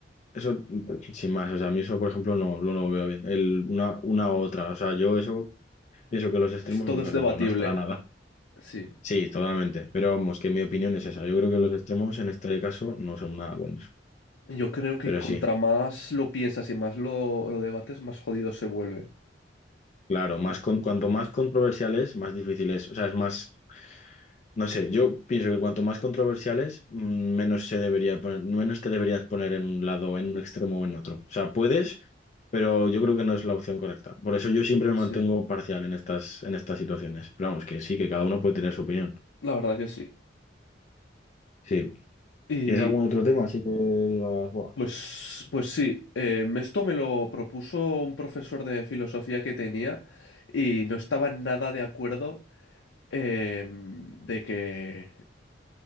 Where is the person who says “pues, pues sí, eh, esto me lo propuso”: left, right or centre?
Left